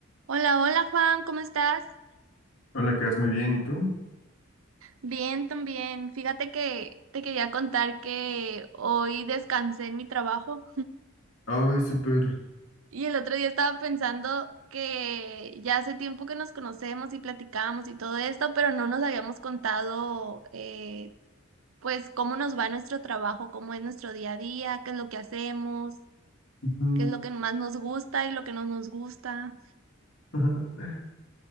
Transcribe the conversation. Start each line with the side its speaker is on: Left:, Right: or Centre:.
Right: Hola, hola Juan, ¿cómo estás?
Left: Hola, que vas muy bien, ¿y tú?
Right: Bien, también. Fíjate que te quería contar que hoy descansé en mi trabajo
Left: Ay, súper.
Right: y el otro día estaba pensando que ya hace tiempo que nos conocemos y platicamos y todo esto, pero no nos habíamos contado eh, pues cómo nos va nuestro trabajo, cómo es nuestro día a día, qué es lo que hacemos,
Left: Ujú.
Right: qué es lo que más nos gusta y lo que no nos gusta.
Left: <laughs>